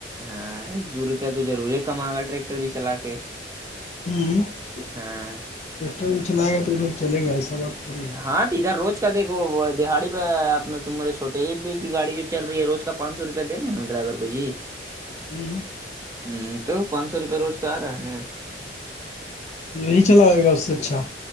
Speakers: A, on the right; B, on the left.
A: ہاں ایک دو روپیہ تو ضرور ہے کما گا ٹریکٹر بھی چلا کے
B: ہ
A: ہاں
B: ٹرین چلائے گا تو ادھر چلے گا ایسا بات تھوڑی ہے
A: ہاں تو ادھر روز دیکھ وہ دہڑی پہپ تم مارے چھوے ہی بھی کی گای جو چ رہ ہے رو کا پانچ سو روپے دنے ہیں ن ڈرائیور کو بو جی
B: ہوں
A: ہ تو پانچ سو روپے روز کا آ رہا ہے نا
B: یہی چلا ہوئے گا اس سے اچھا